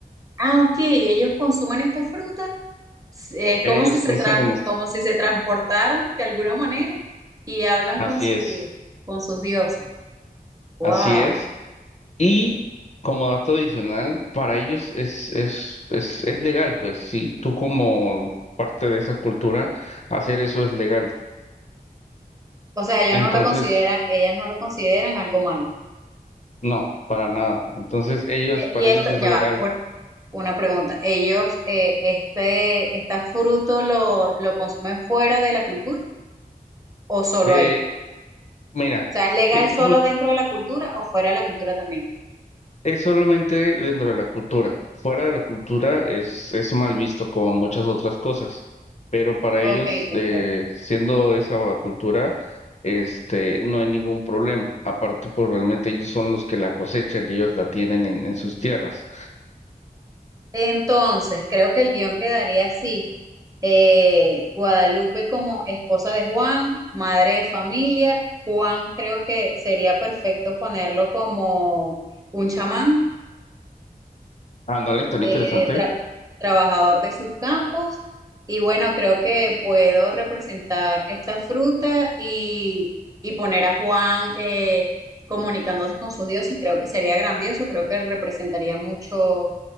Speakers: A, on the right (about 20°); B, on the left (about 45°).
A: ah, ok, ellos consumen esta fruta, s- es
B: Ellos
A: como si se
B: consumen
A: tran-
B: esto.
A: como si se transportaran de alguna manera y hablan
B: Así
A: con su,
B: es,
A: con sus dioses. Wow.
B: así es. Y como dato adicional, para ellos es, es, es, es legal, pues si tú como parte de esa cultura, hacer eso es legal.
A: O sea, ellos
B: Entonces,
A: no lo consideran, ellas no lo consideran algo malo.
B: no, para nada. Entonces, ellos,
A: Y,
B: para
A: y esto,
B: ellos es legal.
A: ya va, por- una pregunta. ¿Ellos, eh, este, este fruto lo, lo consumen fuera de la cultura o solo
B: Eh,
A: ahí? O
B: mira,
A: sea, ¿es legal
B: este
A: solo
B: fruto
A: dentro de la cultura o fuera de la cultura también?
B: Es solamente dentro de la cultura. Fuera de la cultura es, es mal visto como muchas otras cosas. Pero para
A: Ok,
B: ellos,
A: perfecto.
B: eh, siendo esa cultura, este, no hay ningún problema. Aparte, pues realmente ellos son los que la cosechan y ellos la tienen en, en sus tierras.
A: Entonces, creo que el guión quedaría así. Eh, Guadalupe como esposa de Juan, madre de familia. Juan creo que sería perfecto ponerlo como un chamán
B: Ándale, tan
A: eh,
B: interesante.
A: tra- trabajador de sus campos y bueno, creo que puedo representar esta fruta y, y poner a Juan eh, comunicándose con sus dioses, creo que sería grandioso, creo que representaría mucho